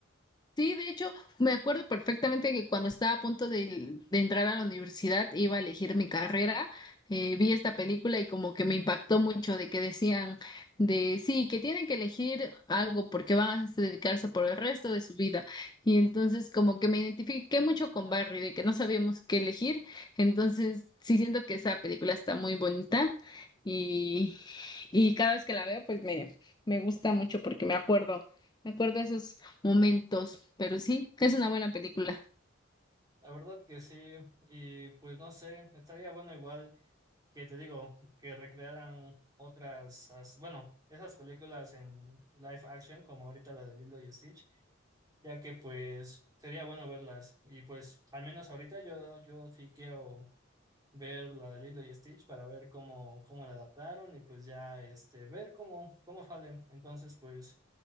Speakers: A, on the left (about 20°); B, on the right (about 20°).
A: Sí, de hecho, me acuerdo perfectamente que cuando estaba a punto de, de entrar a la universidad, iba a elegir mi carrera, eh, vi esta película y como que me impactó mucho de que decían de sí, que tienen que elegir algo porque van a dedicarse por el resto de su vida. Y entonces como que me identifiqué mucho con Barry, de que no sabíamos qué elegir. Entonces sí siento que esa película está muy bonita y, y cada vez que la veo pues me, me gusta mucho porque me acuerdo. Me acuerdo de esos momentos, pero sí, es una buena película.
B: La verdad que sí, y pues no sé, estaría bueno igual que te digo, que recrearan otras, as- bueno, esas películas en live action, como ahorita la de Lilo y Stitch, ya que pues sería bueno verlas. Y pues al menos ahorita yo, yo sí quiero ver la de Lilo y Stitch para ver cómo, cómo la adaptaron y pues ya este, ver cómo, cómo salen. Entonces, pues